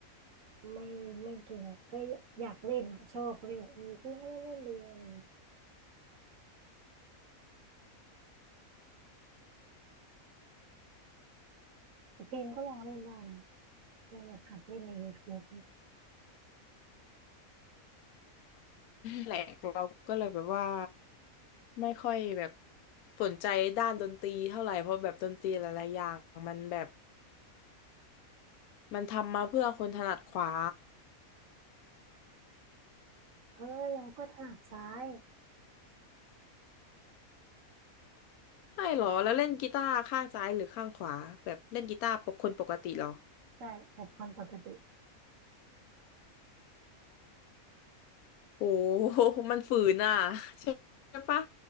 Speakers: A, on the right; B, on the left.
A: ไม่ไม่เก่งอะก็อยากเล่นอ่ะชอบก็เลยแบบเออพี่ไมาเล่นเล่นดูอะไรเงี้ยแต่พิมพ์ก็ลองเล่นได้นะลองแบบหัดเล่นใน YouTube เนี่ย
B: แหลกเราก็เลยแบบว่าไม่ค่อยแบบสนใจด้านดนตรีเท่าไหร่เพราะแบบดนตรีหลายๆอย่างมันแบบมันทำมาเพื่อคนถนัดขวา
A: เออเราก็ถนัดซ้าย
B: ใช่เหรอแล้วเล่นกีตาร์ข้างซ้ายหรือข้างขวาแบบเล่นกีตาร์ปกคนปกติเหรอ
A: ใช่แบบคนปกติ
B: โอ้โหมันฝืนอ่ะ <laughs> ใช่ปะ